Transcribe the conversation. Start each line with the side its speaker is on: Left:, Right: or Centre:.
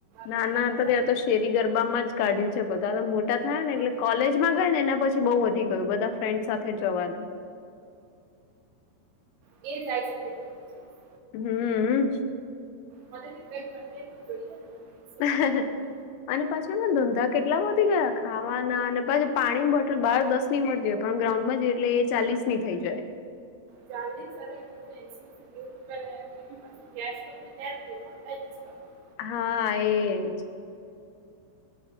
Right: રમતા
Left: ના ના
Right: બધા
Left: તો ત્યાં
Right: રાત્રે
Left: તો શેરી ગરબામાં જ કાઢ્યું છે બધા તો મોટા થાય ને
Right: હા
Left: એટલે કોલેજમાં ગય ને એના પછી બઉુ વધી ગયું બધા ફ્રેન્ડ સાથે જવાનું
Right: એ જાય છે. જઈશ.
Left: હમ્મ
Right: મનેથી કઈ <unintelligible> જોઈલા ને ઇન્સ્ટા
Left: <unintelligible>
Right: પર મૂકવા
Left: અને પછી એ ધંધા કેટલા વધી ગયા ખાવાના અને પછી પાણીની બોટલ બહાર દસ ન મળતી હોય પણ ગ્રાઉન્ડમાં જ એટલે એ ચાલીસ ની થઈ જાય
Right: ચાલીસ અને <unintelligible> <unintelligible> કેસ તો ને ર ઓનલાઇન જ કરવાનું
Left: હા એજ